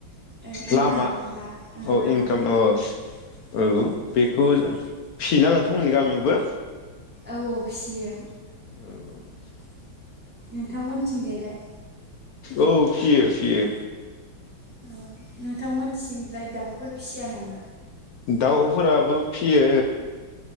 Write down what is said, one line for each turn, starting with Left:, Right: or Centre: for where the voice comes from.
Centre: ओइ
Left: लामा
Centre: इनकाम बा उम
Left: औ
Centre: लामा
Left: इनकाम औ औ बेखौ फिसियोना नोंथांमोननि गामियावबो
Centre: औ औ फिसियो।
Left: औ
Centre: नोंथांमोनथिंजायलाय?
Left: औ फिसियो फिसियो।
Centre: अ नोंथांमोनथिंलाय दाउफोर फिसिया नामा?
Left: दाउफोराबो फियो।